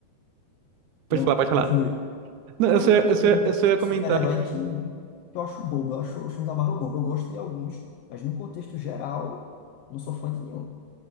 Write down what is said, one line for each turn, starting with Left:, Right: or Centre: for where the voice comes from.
Right: pode
Left: não
Right: falar, pode
Left: continue.
Right: falar. Não,
Left: Então,
Right: eu
Left: Eu
Right: só,
Left: não
Right: ia-
Left: curto
Right: eu só,
Left: muito
Right: ia- eu
Left: filme
Right: só ia
Left: de
Right: comentar
Left: super-herói
Right: que
Left: que, que eu acho bobo, eu acho os filmes da Marvel bobo. Eu gosto de alguns, mas no contexto geral, não sou fã de nenhum.